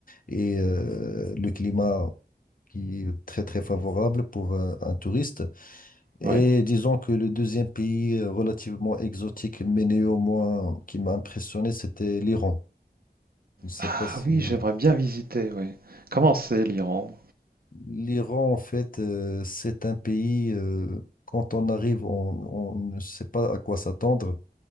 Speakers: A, on the left (about 55°); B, on the right (about 65°).
A: et euh, le climat qui est très, très favorable pour un un touriste. Et
B: Oui,
A: disons que le deuxième pays euh, relativement exotique, mais néanmoins qui m'a impressionné, c'était l'Iran. Je ne sais
B: Ah
A: pas si...
B: oui, j'aimerais bien visiter, oui. Comment c'est l'Iran?
A: L'Iran, en fait, euh, c'est un pays, euh, quand on arrive, on, on ne sait pas à quoi s'attendre,